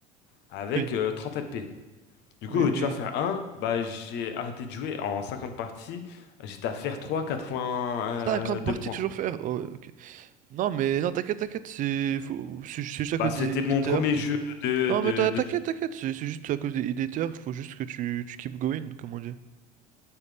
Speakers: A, on the left (about 65°); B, on the right (about 45°).
A: avec
B: Oui,
A: euh, 30 p Du coup,
B: oui, mais.
A: tu vas faire un bah, j'ai arrêté de jouer en 50 parties. J'étais à faire trois quatre-vingt
B: cinquante
A: deux
B: parties
A: points.
B: toujours faire? Oh, ouais, ok. Non, mais non, t'inquiète, t'inquiète, c'est. faut- C'est c'est juste à
A: Bah,
B: cause
A: c'était
B: des Idéter.
A: mon premier jeu de,
B: Non,
A: de,
B: mais t'in-
A: de
B: t'inquiète, t'inquiète, c'est c'est juste à cause des Idéter, faut juste que tu, tu keep going, comme on dit.